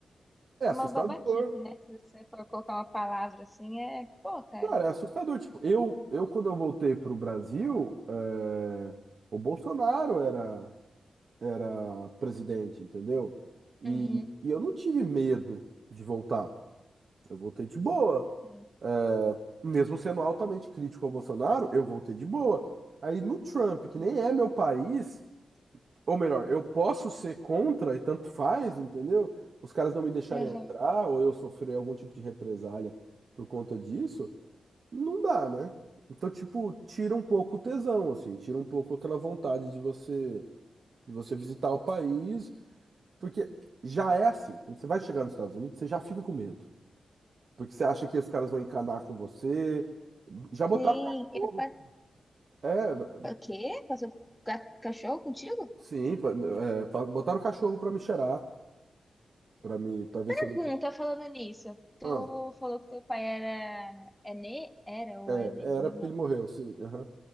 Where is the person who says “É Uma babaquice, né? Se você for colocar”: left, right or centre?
Centre